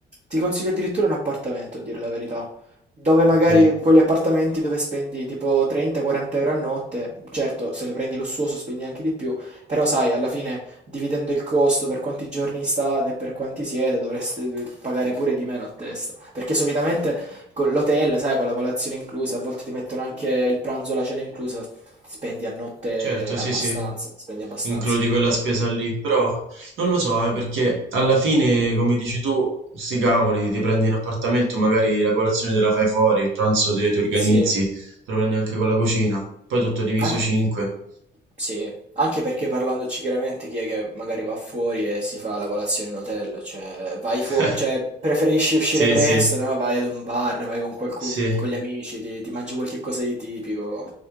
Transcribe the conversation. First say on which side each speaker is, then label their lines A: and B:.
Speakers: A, on the right; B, on the right.
A: ti consiglio addirittura un appartamento, a dire la verità. Dove magari
B: Ok.
A: quegli appartamenti dove spendi tipo 30-40 euro a notte, certo, se lo prendi lussuoso spendi anche di più, però sai, alla fine dividendo il costo per quanti giorni state e per quanti siete, dovreste eh, pagare pure di meno a testa. Perché solitamente con l'hotel, sai, con la colazione inclusa, a volte ti mettono anche il pranzo, la cena inclusa, spendi a notte
B: Certo,
A: abbastanza,
B: sì, sì,
A: spendi abbastanza.
B: includi quella spesa lì, però non lo so, eh, perché alla fine, come dici tu, sti cavoli, ti prendi un appartamento, magari la colazione te la fai fuori, il pranzo te ti organizzi,
A: Sì.
B: te lo prendi anche con la cucina, poi tutto diviso
A: Anch
B: 5.
A: sì, anche perché parlandoci chiaramente chi è che magari va fuori e si fa la colazione in hotel, cioè vai
B: <laughs>
A: fu- cioè preferisci uscire presto,
B: Sì, sì,
A: no? Vai ad un bar, vai con qualcuno,
B: sì.
A: con gli amici, ti, ti mangi qualche cosa di tipico,